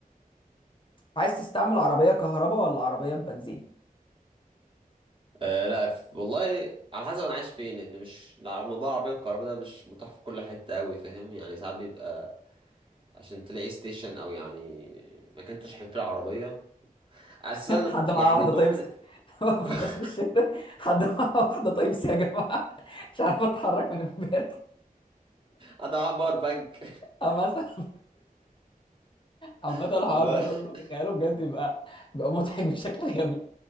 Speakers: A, on the left (about 35°); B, on the right (about 35°).
A: عايز تستعمل عربيه كهرباء ولا عربيه بنزين
B: آه لا ف- والله على حسب انا عايش فين ان مش لا، موضوع العربيه الكهرباء ده مش متاح في كل حته قوي فاهم يعني ساعات بيبقى عشان تلاقي ستيشن او يعني مكان تشحن فيه العربيه اساسا
A: <laughs> حد معاه
B: يعني
A: واحده
B: جمله
A: طيب <laughs> واقف
B: <laughs>
A: الناس في الشارع حد معاه واحده طيب يا جماعه <laughs> مش عارف اتحرك من امبارح
B: اضيع باور بانك
A: <laughs> مثلا عامة
B: <laughs>
A: الحوار ده كل ما تخيله بجد يبقى بيبقى مضحك بشكل غبي